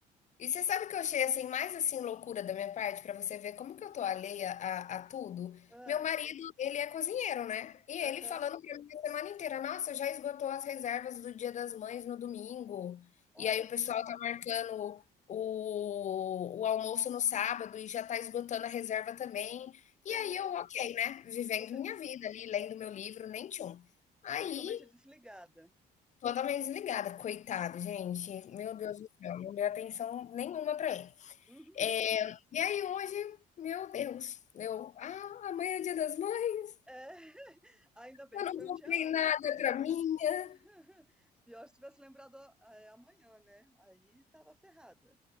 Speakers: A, on the left; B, in the centre.
A: E você sabe que eu achei assim mais assim loucura da minha parte pra você ver como que eu tô alheia a, a tudo?
B: Ah,
A: Meu marido, ele é cozinheiro, né? E ele
B: aham,
A: falando pra mim a semana inteira, nossa, já esgotou as reservas do Dia das Mães no domingo.
B: olha,
A: E aí o pessoal tá marcando o, o almoço no sábado e já tá esgotando a reserva também. E
B: aham.
A: aí eu, ok, né? Vivendo
B: E você des-
A: minha vida ali, lendo meu livro, nem tchum. Aí
B: totalmente desligada.
A: Totalmente desligada, coitado, gente. Meu Deus do céu, não deu atenção nenhuma para ele.
B: Uhum.
A: É, e aí hoje, meu Deus, eu, ah, amanhã é dia das mães,
B: É, <laughs> ainda bem
A: eu
B: que
A: não
B: foi
A: comprei
B: um dia antes,
A: nada
B: né?
A: pra minha.
B: <laughs> Pior se tivesse lembrado é, amanhã, né? Aí tava ferrada.